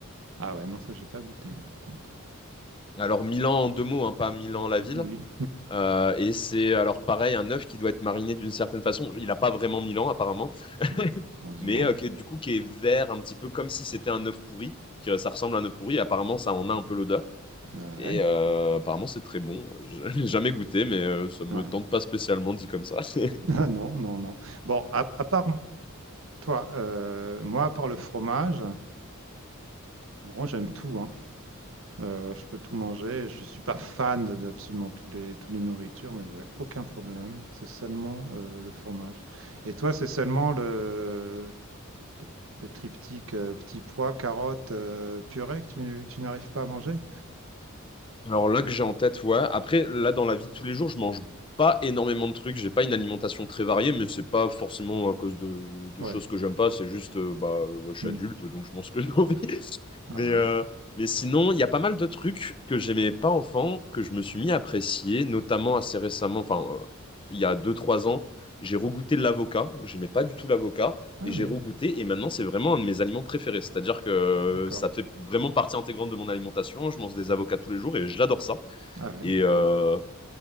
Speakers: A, on the right (about 65°); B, on the left (about 25°).
A: Ah ouais, non, ça, j'ai pas goûté, par contre.
B: Alors Milan en deux mots, hein, pas Milan la
A: Oui,
B: ville.
A: oui,
B: Euh, et c'est alors pareil un œuf qui doit être mariné d'une certaine façon. Il n'a pas vraiment Milan apparemment, <laughs>
A: oui. <laughs> Heureusement.
B: mais euh, qui est- du coup qui est vert un petit peu comme si c'était un œuf pourri, que ça ressemble à un œuf pourri. Et apparemment ça en a un peu l'odeur.
A: Ouais,
B: Et euh, apparemment c'est très bon. Je <laughs> l'ai jamais goûté, mais euh, ça me
A: ouais.
B: tente
A: <laughs>
B: pas spécialement dit comme ça. <laughs>
A: Ah Non, non, non. Bon, à, à part toi, euh, moi, à part le fromage, non, j'aime tout, hein. Euh, je peux tout manger. Je suis pas fan d'absolument toutes les, toutes les nourritures, mais j'ai aucun problème. C'est seulement euh, le fromage. Et toi, c'est seulement le, le triptyque euh, petit pois, carotte, euh, purée que tu, tu n'arrives pas à manger?
B: Alors là que j'ai en tête, ouais. Après, là dans la vie de tous les jours, je mange pas énormément de trucs. J'ai pas une alimentation très variée, mais c'est pas forcément à cause de, de
A: Ouais.
B: choses que j'aime pas. C'est juste, euh, bah, euh, ouais, je
A: Hmm.
B: suis adulte, donc je mange ce que j'ai envie. <laughs> Mais,
A: Ah
B: euh,
A: oui.
B: mais sinon, il y a pas mal de trucs que j'aimais pas enfant, que je me suis mis à apprécier, notamment assez récemment, enfin, euh, il y a deux trois ans, j'ai regoûté de l'avocat. J'aimais pas du tout l'avocat
A: Ah
B: et j'ai
A: oui.
B: regoûté et maintenant c'est vraiment un de mes aliments préférés. C'est-à-dire que euh,
A: D'accord.
B: ça fait vraiment partie intégrante de mon alimentation. Je mange des avocats tous les jours et j'adore ça.
A: Ah oui.
B: Et, euh,